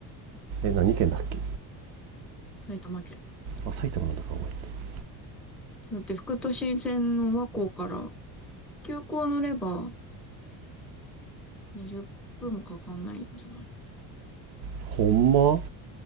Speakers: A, on the right; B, in the centre.
A: え、何県だっけ
B: 埼玉県。
A: あ、埼玉なんだ川越って。
B: だって、副都心線の和光から、急行乗れば、20分もかかんないんじゃない
A: ほんま